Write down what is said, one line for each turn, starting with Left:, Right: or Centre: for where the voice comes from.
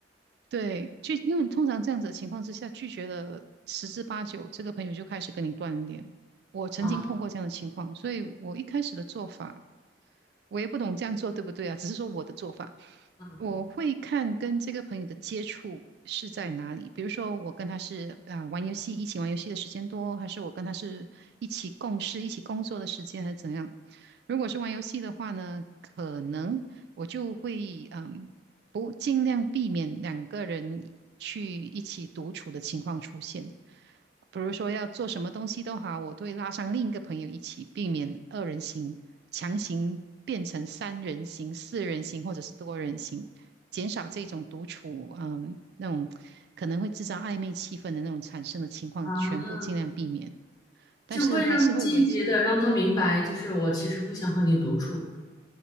Right: 对，拒，因为通常这样子的情况之下，拒绝了十之八九，这个朋友就开始跟你断联。我曾经碰过这样的情况，
Left: 啊
Right: 所以我一开始的做法，我也不懂这样做对不对啊，只是说我的做法。
Left: 嗯
Right: 我会看跟这个朋友的接触是在哪里，比如说我跟他是啊、玩游戏，一起玩游戏的时间多，还是我跟他是一起共事、一起工作的时间，还是怎样？如果是玩游戏的话呢，可能我就会嗯不尽量避免两个人去一起独处的情况出现。比如说要做什么东西都好，我都会拉上另一个朋友一起，避免二人行，强行变成三人行、四人行或者是多人行。减少这种独处，嗯，那种可能会制造暧昧气氛的那种产生的情况，
Left: 啊，
Right: 全部尽量避免。但是还是会维
Left: 就会让间接的让他明白，就是我其实不想和你独处，